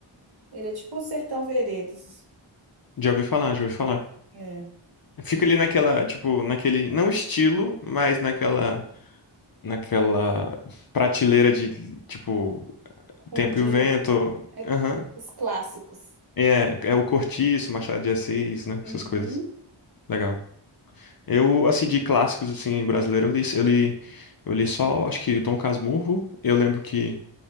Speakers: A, on the right; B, on the left.
A: Ele é tipo o Sertão Veredas.
B: Já ouvi falar, já ouvi falar.
A: É.
B: Fica ali naquela, tipo, naquele, não estilo, mas naquela, naquela prateleira de, tipo,
A: Um
B: Tempo
A: dia.
B: e o Vento.
A: É
B: Aham.
A: os clássicos.
B: É, é o Cortiço, Machado de Assis, né?
A: Uhum.
B: Essas coisas. Legal. Eu, assim, de clássicos, assim, brasileiro, eu li, eu li, eu li só, acho que Dom Casmurro. Eu lembro que